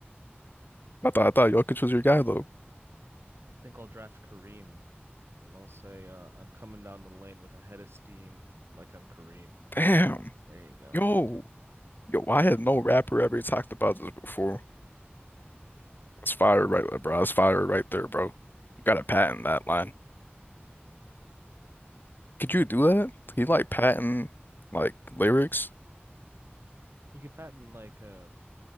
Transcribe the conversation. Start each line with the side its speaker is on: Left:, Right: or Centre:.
Left: I thought, I thought Jokic was your guy, though.
Right: I think I'll draft Kareem And I'll say, uh, I'm coming down the lane with a head of steam like I'm Kareem.
Left: Damn.
Right: There you go.
Left: Yo. Yo, I had no rapper ever talked about this before. That's fire right there, bro. That's fire right there, bro. You gotta patent that line. Could you do that? Can you like patent like lyrics?
Right: You could patent like uh